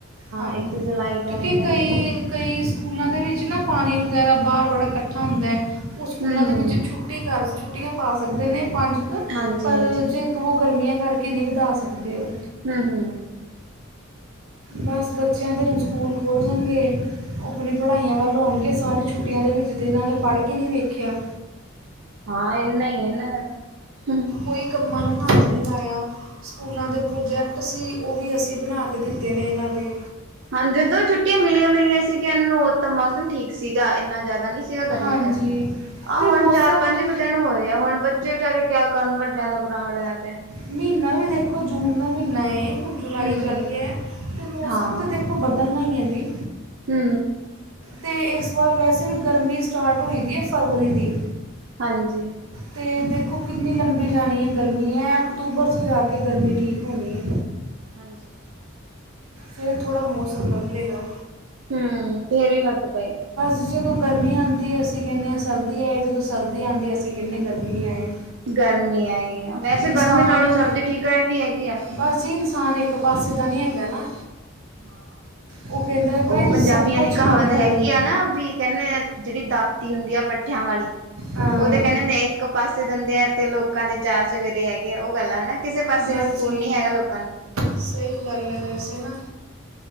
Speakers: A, on the right (about 85°); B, on the right (about 60°).
A: ਹਾਂ,
B: ਇੱਕ ਜੁਲਾਈ
A: ਕਿਉਂਕਿ
B: ਦਾ ਹੋ ਗਿਆ
A: ਕਈ ਕਈ ਸਕੂਲਾਂ ਦੇ ਵਿੱਚ ਨਾ ਪਾਣੀ ਵਗੈਰਾ ਬਾਹਰ ਬੜਾ ਇਕੱਠਾ ਹੁੰਦਾ ਉਹ ਸਕੂਲਾਂ
B: ਹਮ ਹਮ
A: ਦੇ ਵਿੱਚ ਛੁ ਛੁੱਟੀ ਕਰ ਛੁੱਟੀਆਂ ਪਾ ਸਕਦੇ ਨੇ ਪੰਜ ਕੁ
B: ਹਾਂਜੀ
A: ਪਰ
B: ਹਾਂਜੀ
A: ਜੇ ਉਹ ਗਰਮੀਆਂ ਕਰਕੇ ਨਹੀਂ ਵਧਾ ਸਕਦੇ ਉਹ।
B: ਹੂੰ-ਹੂੰ
A: ਬਸ ਬੱਚਿਆਂ ਦੇ ਹੁਣ ਸਕੂਲ ਖੁੱਲ ਜਾਣਗੇ। ਆਪਣੀ ਪੜ੍ਹਾਈਆਂ ਵੱਲ ਹੋਣਗੇ ਸਾਰੀ ਛੁੱਟੀਆਂ ਦੇ ਵਿੱਚ ਤਾਂ ਇਹਨਾਂ ਨੇ ਪੜ੍ਹ ਕੇ ਨਹੀਂ ਵੇਖਿਆ।
B: ਹਾਂ ਇਨਾ ਹੀ ਇਹਨਾਂ ਦਾ ਤਾਂ, ਹੂੰ।
A: ਕੋਈ ਕੰਮਾਂ ਨੂੰ ਹੱਥ ਨਹੀਂ ਲਾਇਆ। ਸਕੂਲਾਂ ਦੇ ਪ੍ਰੋਜੈਕਟ ਸੀ ਉਹ ਵੀ ਅਸੀਂ ਬਣਾ ਕੇ ਦਿੱਤੇ ਨੇ ਇਹਨਾਂ ਦੇ।
B: ਹਾਂ ਜਦੋਂ ਛੁੱਟੀਆਂ ਮਿਲੀਆਂ-ਮਿਲੀਆਂ ਸੀਗੀਆਂ ਇਹਨਾਂ ਨੂੰ ਉਹ ਤਾਂ ਮੌਸਮ ਠੀਕ ਸੀਗਾ ਇੰਨਾ ਜ਼ਿਆਦਾ ਨਹੀਂ ਸੀ। ਸੀਗਾ ਗਰਮੀ
A: ਹਾਂਜੀ
B: ਦਾ,
A: ਅਤੇ
B: ਆਹ ਹੁਣ
A: ਮੌਸਮ
B: ਚਾਰ-ਪੰਜ ਕੁ ਦਿਨ ਹੋਏ ਆ ਹੁਣ ਬਚ ਬੱਚੇ ਵਿਚਾਰੇ ਕਿਆ ਕਰਨ ਵੱਡਿਆਂ ਦਾ ਬੁਰਾ ਹਾਲ ਹੋਇਆ ਪਿਆ।
A: ਮਹੀਨਾ ਵੀ ਦੇਖੋ ਜੂਨ ਦਾ ਮਹੀਨਾ ਏ ਹੁਣ ਜੁਲਾਈ
B: ਹੂੰ
A: ਚੜ੍ਹ ਗਿਆ ਅਤੇ ਮੌਸਮ
B: ਹਾਂ
A: ਤਾਂ ਦੇਖੋ ਉਹ ਬਦਲਣਾ ਹੀ ਹੈ ਜੀ।
B: ਹੂੰ
A: ਤੇ ਇਸ ਵਾਰ ਵੈਸੇ ਵੀ ਗਰਮੀ ਸਟਾਰਟ ਹੋ ਦੀ ਹੈ ਫਰਵਰੀ ਦੀ।
B: ਹਾਂਜੀ।
A: ਤੇ ਦੇਖੋ ਕਿੰਨੀ ਲੰਬੀ ਜਾਣੀ ਹੈ ਗਰਮੀ ਹੈ ਅਕਤੂਬਰ 'ਚ ਜਾ ਕੇ ਗਰਮੀ ਠੀਕ ਹੋਣੀ ਹੈ।
B: ਹਾਂਜੀ।
A: ਫਿਰ ਥੋੜ੍ਹਾ ਮੌਸਮ ਬਦਲੇਗਾ।
B: ਹੂੰ ਫੇਰ ਹੀ ਫਰਕ ਪਏ।
A: ਅਸੀਂ ਜਦੋਂ ਗਰਮੀ ਆਂਦੀ ਏ ਅਸੀਂ ਕਹਿੰਨੇ ਹਾਂ ਸਰਦੀ ਆਏ, ਜਦੋਂ ਸਰਦੀ ਆਂਦੀ ਅਸੀਂ ਕਹਿਨੇ ਆ ਗਰਮੀ ਆਏ।
B: ਗਰਮੀ ਆਏ ਵੈਸੇ
A: ਇਨਸਾਨ
B: ਗਰਮੀ ਨਾਲੋਂ ਸਰਦੀ ਠੀਕ ਰਹਿੰਦੀ ਹੈਗੀ ਆ।
A: ਬਸ ਜੀ ਇਨਸਾਨ ਇੱਕ ਪਾਸੇ ਦਾ ਨਹੀਂ ਹੈਗਾ ਨਾ।
B: ਹਾਂ
A: ਉਹ ਕਹਿੰਦਾ ਹੈ
B: ਉਹ
A: ਬਈ
B: ਪੰਜਾਬੀਆਂ
A: ਸਭ ਕੁਝ
B: ਦੀ
A: ਮਿਲ
B: ਕਹਾਵਤ
A: ਜਾਵੇ
B: ਹੈਗੀ ਆ ਨਾ ਵੀ ਕਹਿੰਦੇ ਜਿਹੜੀ ਦਾਤੀ ਹੁੰਦੀ ਆ ਪੱਠਿਆਂ ਵਾਲੀ।
A: ਹਾਂ
B: ਉਹ ਤੇ ਕਹਿੰਦੇ, ਇੱਕ ਪਾਸੇ ਦੰਦੇ ਆ ਤੇ, ਲੋਕਾਂ ਦੇ ਚਾਰ ਚਵੇਰੇ ਹੈਗੇ ਆ, ਉਹ ਗੱਲ ਆ ਹਨਾ ਕਿਸੇ ਪਾਸੇ
A: ਬਸ
B: ਵੀ ਸਕੂਨ
A: ਜੀ
B: ਨੀ ਹੈਗਾ, ਲੋਕਾਂ ਨੂੰ।
A: ਸਹੀ, ਗੱਲ ਹੈ ਵੈਸੇ ਨਾ।